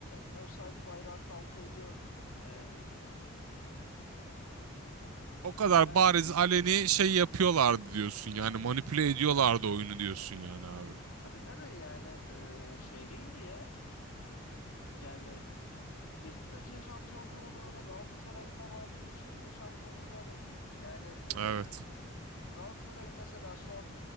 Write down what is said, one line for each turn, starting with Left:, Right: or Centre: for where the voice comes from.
Left: offside bayrağı kalkıyordu. E,
Right: O kadar
Left: yani
Right: bariz
Left: bir
Right: aleni şey yapıyorlardı diyorsun yani manipüle ediyorlardı oyunu diyorsun yani abi.
Left: tabii tabii yani e, şey değildi ya. Yani Beşiktaş'ın şampiyonluğu da öyle Galatasaray'ın da vardır bu şekilde şampiyonlukları. Yani e,
Right: Evet.
Left: Galatasaray'ın mesela son